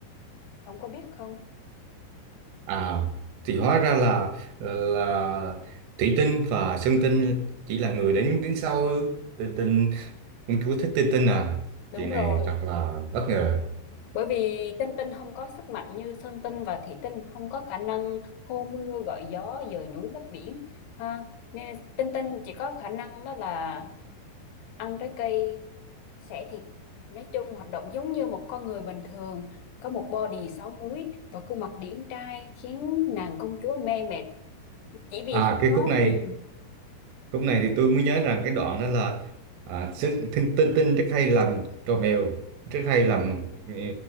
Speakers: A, on the left; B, on the right.
A: ông có biết không
B: à thì hóa ra là là Thủy Tinh và Sơn Tinh chỉ là người đến đứng sau ư? Tinh Tinh công chúa thích Tinh Tinh à
A: đúng
B: chuyện này
A: rồi
B: thật là bất ngờ
A: Bởi vì tinh tinh không có sức mạnh như sơn tinh và thủy tinh, không có khả năng hô mưa gọi gió dời núi lấp biển. Ha. Nên tinh tinh chỉ có khả năng đó là ăn trái cây, xẻ thịt. Nói chung hoạt động giống như một con người bình thường, có một body sáu múi và khuôn mặt điển trai khiến nàng công chúa mê mệt chỉ vì
B: à
A: không
B: cái
A: có.
B: khúc này
A: Ừ.
B: lúc này thì tôi mới nhớ rằng cái đoạn đó là à, sức- tinh, tinh tinh rất hay làm trò mèo rất hay làm ờ,